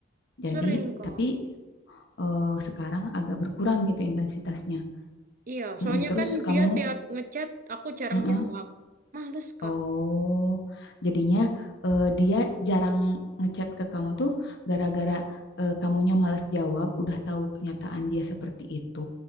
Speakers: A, on the right (about 45°); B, on the left (about 60°).
A: Sering,
B: Jadi,
A: Kak.
B: tapi eh, sekarang agak berkurang gitu intensitasnya.
A: Iya, soalnya
B: Mm-mm, terus
A: kan
B: kamu,
A: dia tiap ngechat, aku jarang
B: mm-mm.
A: jawab. Males, Kak.
B: oh, jadinya eh, dia jarang ngechat ke kamu tuh gara-gara eh, kamunya males jawab, udah tahu kenyataan dia seperti itu.